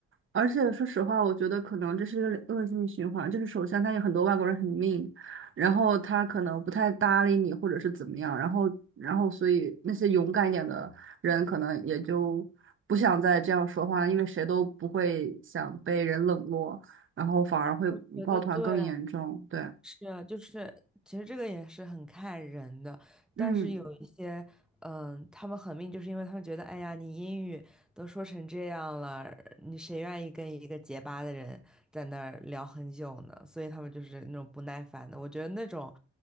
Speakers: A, on the right; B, in the centre.
A: 而且说实话，我觉得可能这是一个恶性循环，就是首先他有很多外国人很 mean，然后他可能不太搭理你，或者是怎么样，然后然后所以那些勇敢一点的人可能也就不想再这样说话了，因为谁都不会想被人冷落，然后反而会抱团更严重，
B: 我觉得对，
A: 对。
B: 是啊，就是其实这个也是很看人的，
A: 嗯
B: 但是有一些，嗯，他们很命，就是因为他们觉得，哎呀，你英语都说成这样了，你谁愿意跟一个结巴的人在那儿聊很久呢？所以他们就是那种不耐烦的。我觉得那种